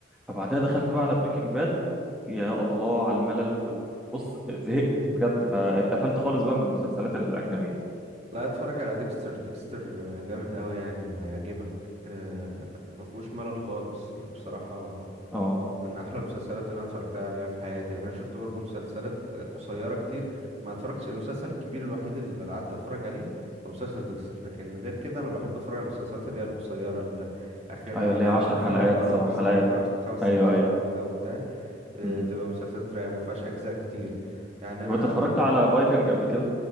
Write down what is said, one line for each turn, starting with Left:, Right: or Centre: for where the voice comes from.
Centre: فبعدها دخلت بقى على بريكنج باد يا الله على الملل وال- بص زهقت بجد فاتقفلت خالص بقى من المسلسلات الاجنبيه
Right: لا اتفرج على ديكستر ديكستر آه، جامد قوي يعني هيعجبك آه، ما فيهوش ملل خالص بصراحة
Centre: اه
Right: من احلى المسلسلات اللي انا اتفرجت عليها في حياتي يعني انا شفت برضو مسلسلات قصيرة كتير ما اتفرجتش المسلسل الكبير الوحيد اللي قعدت اتفرج عليه هو مسلسل ديكستر لكن غير كده انا بحب اتفرج على المسلسلات اللي هي القصيرة اللي اخرها
Centre: ايوه اللي
Right: خم...
Centre: هي 10
Right: خم...
Centre: حلقات
Right: اه
Centre: سبع
Right: بالظبط
Centre: حلقات
Right: خ... خمس ست
Centre: ايوه
Right: حلقات
Centre: ايوه
Right: كده وبتاع آه،
Centre: امم
Right: تبقى مسلسلات رايقة ما فيهاش اجزاء كتير يعني انا
Centre: طب انت اتفرجت على فايكنج قبل كده